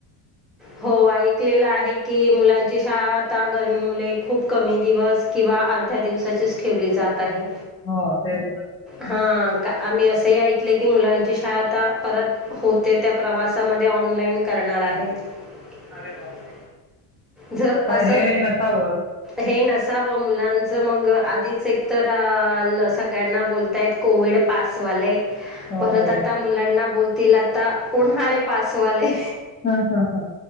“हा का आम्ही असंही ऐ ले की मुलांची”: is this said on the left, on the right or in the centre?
Centre